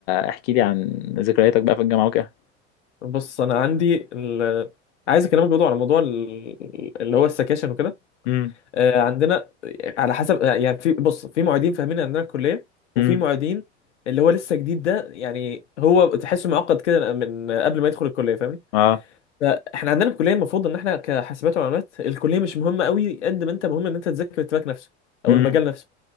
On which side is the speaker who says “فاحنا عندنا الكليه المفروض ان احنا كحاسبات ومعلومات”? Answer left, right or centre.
Left